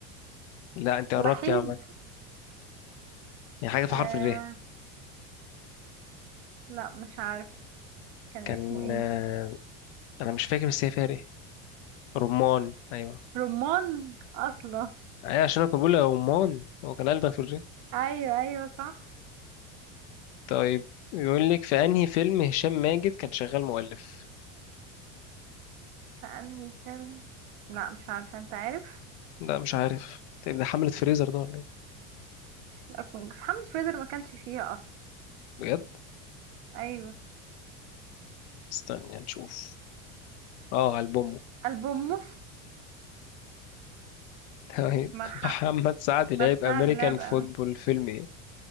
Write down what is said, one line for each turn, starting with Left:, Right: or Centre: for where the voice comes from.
Left: لا أنت قربت
Right: وحيد
Left: يا عم يعني حاجة في
Right: آه
Left: حرف الر
Right: لا مش عارف كان
Left: كان
Right: اسمه ايه
Left: آه، أنا مش فاكر بس هي فيها ر رمان أيوة
Right: رمان أصلا
Left: أيوة عشان أنا كنت بقول له رمان هو كان ألدغ في الر
Right: أيوة أيوة صح
Left: طيب يقول لك في أنهي فيلم هشام ماجد كان شغال مؤلف
Right: في انهي فيلم لا مش عارفه انت عارف
Left: لا مش عارف طيب ده حملة فريزر ده ولا إيه
Right: لا، في حملة فريزر ما كانش فيها اصلا
Left: بجد
Right: ايوه
Left: استنى نشوف اه ألبومه
Right: البوموس
Left: طيب
Right: مع
Left: <laughs>
Right: حم...
Left: محمد سعد لعب
Right: ما تساعد
Left: أمريكان
Right: لا بقى
Left: فوتبول
Right: مي.
Left: فيلم إيه